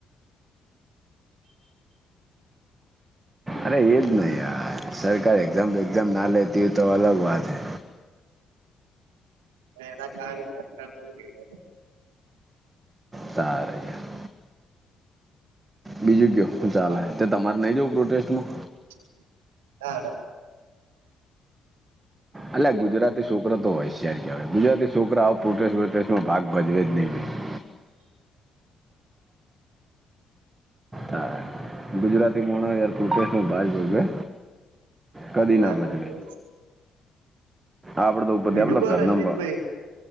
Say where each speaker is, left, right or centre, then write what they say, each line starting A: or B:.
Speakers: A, on the right; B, on the right.
A: અરે એજ ને યાર સરકાર એક્ઝામ બેક્ઝામ ના લેતી હોય તો અલગ વાત હૈ.
B: એના કારણે સરકાર શું લેય છે.
A: સારે છે. બીજું કયો
B: ના
A: ચાલે ત તમારે નઈ જઉું પ્રોટેસ્ટમાં.
B: <inaudible> ના ન
A: અલ્યા આ ગુજરાતી છોકરા તો હોય શયાર કહેવાય ગુજરાતી છોકરા આવ પ્રોટે વોટેસ્ટમાં ભાગ ભજવે જ નહીં. હા, ગુજરાતી મોણસ યાર પ્રોટેસ્ટ ભાજ ભજવે. કદી
B: ના
A: ભજવે
B: તો જ.
A: આપણે તો ઉપરથી
B: બીજું
A: આપણે તો
B: કો
A: ઘરના
B: રંજીતભાઈ.
A: પણ